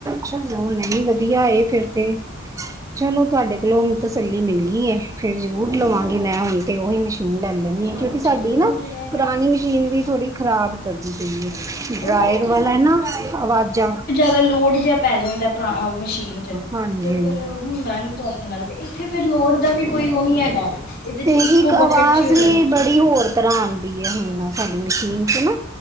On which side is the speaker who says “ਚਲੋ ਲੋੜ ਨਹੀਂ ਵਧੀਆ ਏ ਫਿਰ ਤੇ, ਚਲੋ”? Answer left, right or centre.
Right